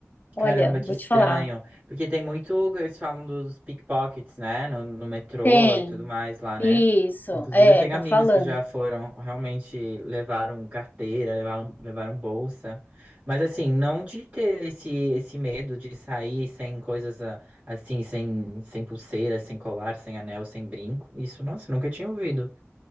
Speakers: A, on the left; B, on the right.
A: Olha,
B: Caramba, que
A: vou
B: estranho.
A: te falar.
B: Porque tem muito. Eles falam dos pickpockets, né? No, no metrô
A: Tem,
B: e tudo mais lá, né?
A: isso,
B: Inclusive,
A: é,
B: eu tenho
A: estão
B: amigos
A: falando.
B: que já foram, realmente levaram carteira, levaram, levaram bolsa. Mas, assim, não de ter esse, esse medo de sair sem coisas ah, assim, sem, sem pulseira, sem colar, sem anel, sem brinco. Isso, nossa, eu nunca tinha ouvido.